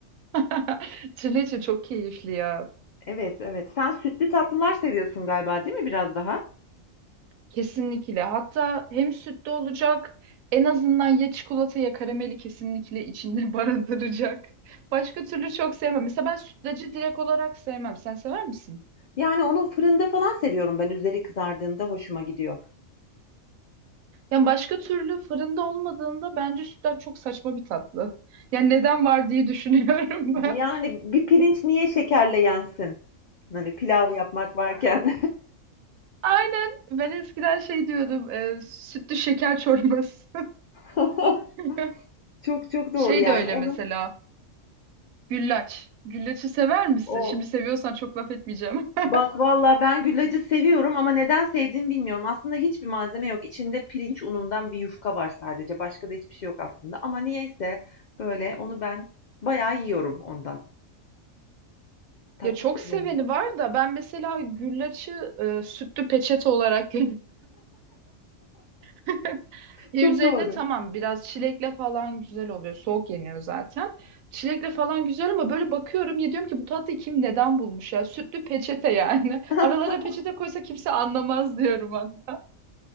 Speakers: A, on the right; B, on the left.
A: <laughs> Trileçe çok keyifli ya.
B: Evet, evet. Sen sütlü tatlılar seviyorsun galiba, değil mi biraz daha?
A: Kesinlikle. Hatta hem sütlü olacak, en azından ya çikolata ya karameli kesinlikle içinde <laughs> barındıracak. Başka türlü çok sevmem. Mesela ben sütlacı direkt olarak sevmem. Sen sever misin?
B: Yani onu fırında falan seviyorum ben. Üzeri kızardığında hoşuma gidiyor.
A: Yani başka türlü fırında olmadığında bence sütlaç çok saçma bir tatlı. Yani neden var diye düşünüyorum <laughs> ben.
B: Yani bir pirinç niye şekerle yensin? Hani pilav yapmak varken.
A: Aynen. Ben eskiden şey diyordum. e, sütlü şeker çorbası.
B: <laughs>
A: <laughs>
B: Çok çok doğru
A: Şey
B: yani.
A: de öyle
B: Onun
A: mesela. Güllaç. Güllaçı sever misin?
B: o
A: Şimdi seviyorsan çok laf etmeyeceğim. <laughs>
B: bak valla ben güllacı seviyorum ama neden sevdiğimi bilmiyorum. Aslında hiçbir malzeme yok. İçinde pirinç unundan bir yufka var sadece. Başka da hiçbir şey yok aslında. Ama niyeyse böyle onu ben bayağı yiyorum ondan. Tatlı
A: Ya çok
B: seviyorum.
A: seveni var da ben mesela güllaçı e, sütlü peçete olarak görüyorum. <laughs> Ya
B: Çok
A: üzerine
B: doğru.
A: tamam biraz çilekle falan güzel oluyor. Soğuk yeniyor zaten. Çilekle falan güzel ama böyle bakıyorum ya diyorum ki bu tatlıyı kim neden bulmuş ya? Sütlü peçete yani.
B: <laughs>
A: <laughs> Aralara peçete koysa kimse anlamaz diyorum hatta.